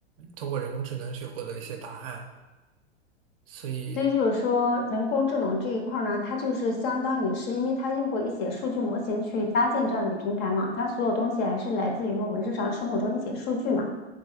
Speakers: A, on the right; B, on the left.
A: 通过人工智能去获得一些答案。所以，
B: 所以就是说，人工智能这一块儿呢，它就是相当于是因为它用过一些数据模型去搭建这样的一个平台嘛，它所有东西还是来自于我们日常生活中一些数据嘛。